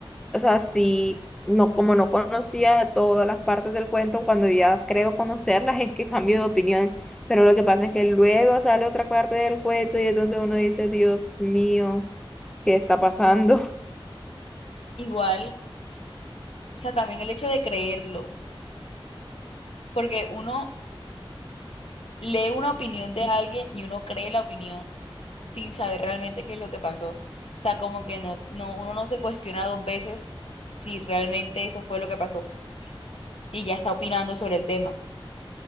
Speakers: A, in the centre; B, on the left.
A: o sea, sí, no, como no conocía todas las partes del cuento, cuando ya creo conocerlas es que cambio de opinión, pero lo que pasa es que luego sale otra parte del cuento y es donde uno dice, Dios mío, ¿qué está pasando?
B: Igual, o sea, también el hecho de creerlo, porque uno lee una opinión de alguien y uno cree la opinión sin saber realmente qué es lo que pasó. O sea, como que no, no, uno no se cuestiona dos veces si realmente eso fue lo que pasó. y ya está opinando sobre el tema.